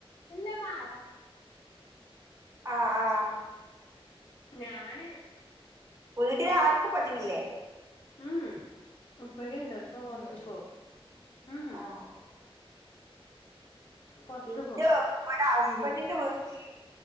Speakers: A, on the left; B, on the right.
A: ഇല്ലമ്മ
B: അ ആഹ് ആഹ്
A: ഞാന്
B: വീട്ടില് ആർക്കും പതിവില്ലേ
A: ഉം ഉപ്പക്കിണ്ട് ഇപ്പം പൊറത്ത്ക്കോവും ഉം
B: ആഹ്
A: പൊറത്ത്
B: ഇന്റെ
A: പോവും
B: ഉമ്മാട ഹസ്ബൻ്റിന്റെ
A: പീടിക
B: വീട്ടില്